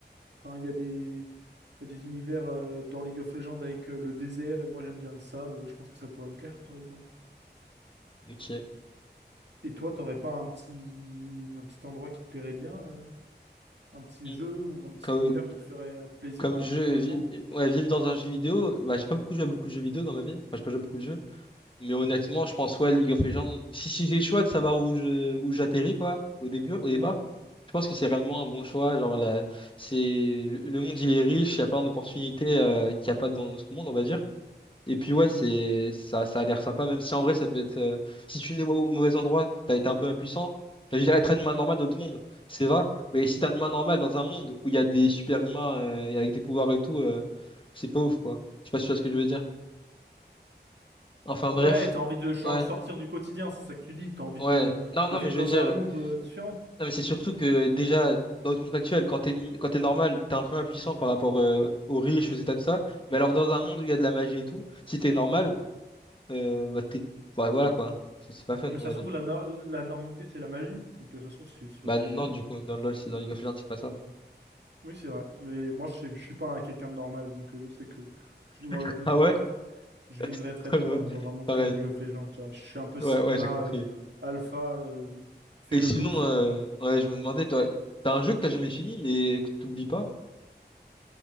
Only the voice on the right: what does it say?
enfin, il y a des... il y a des univers euh, dans League of Legends avec euh, le désert et moi j'aime bien le sable. Je pense que ça pourrait me plaire, par exemple.
Et toi, t'aurais pas un petit un petit endroit qui te plairait bien? euh? Un petit
jeu ou un petit
univers qui te ferait euh, plaisir
à
vivre dedans?
Mhm.
Mhm.
Ouais, t'as envie de ch-
sortir du quotidien, c'est ça que tu dis. T'as envie
de,
de vivre
dans
un
monde euh, différent.
Non, mais ça
se
trouve, la, nor- la normité, c'est la magie. Donc euh, ça se trouve, c'est c'est-
c'est
bien.
Oui, c'est vrai. Mais moi, je, sais- je suis pas un quelqu'un de normal, donc euh, je sais que je me
comporterais,
je
vivrais très bien
euh, dans un monde
comme League of Legends. Tu vois. Je suis un peu Sigma,
euh, Alpha, euh, fais
le
loup, fais
le loup.